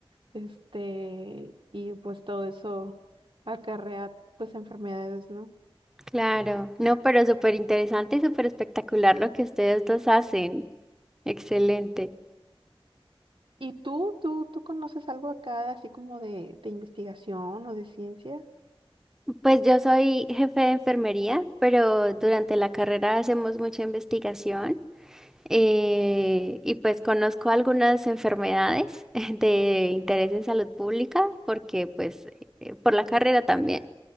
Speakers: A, on the right; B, in the centre.
A: este, y pues todo eso acarrea pues enfermedades, ¿no?
B: Claro. No, pero súper interesante y súper espectacular lo que ustedes dos hacen. Excelente.
A: ¿Y tú, tú, tú conoces algo acá así como de, de investigación o de ciencia?
B: Pues yo soy jefe de enfermería, pero durante la carrera hacemos mucha investigación. Eh, y pues conozco algunas enfermedades <laughs> de interés en salud pública porque pues eh, por la carrera también,